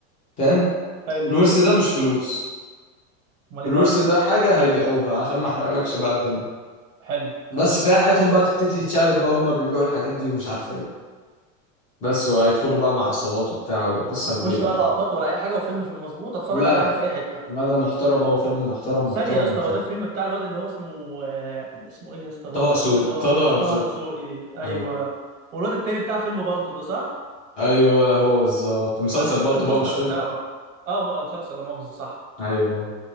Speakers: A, on the left (about 20°); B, on the right (about 70°).
A: فاهم
B: حلو
A: الورث ده مش فلوس
B: امال ايه
A: الورث
B: بقى
A: ده حاجه هيبيعوها عشان ما احرقلكش بقى الدنيا
B: حلو
A: بس
B: حلو
A: فيها حياتهم بقى تبتدي تتشقلب بقى هم بيبيعوا الحاجات دي ومش عارف ايه بس وهيدخلوا بقى مع عصابات وبتاع وقصة
B: ما
A: كبيرة
B: فيهوش بقى
A: يعني
B: لقطات ولا اي حاجه وفيلم في المظبوط اتفرج
A: لا
B: عليه
A: لا
B: عادي في اي حته
A: مدى محترمة وفيلم محترم
B: ثانيه
A: محترم
B: يا اسطى
A: محترم
B: هو ده الفيلم بتاع الواد اللي هو اسمه آه، اسمه ايه يا اسطى الواد
A: طه
B: ده الواد
A: سو
B: اللي هو
A: طه
B: طه
A: دسوقي
B: دسوقي ايوه
A: ايوه
B: والواد التاني بتاع فيلم بالطو ده صح
A: ايوه هو بالظبط مسلسل
B: انا شفت
A: بالطو
B: البوستر
A: بقى مش فيلم
B: بتاعه اه م- مسلسل لا مؤاخذه صح
A: ايوه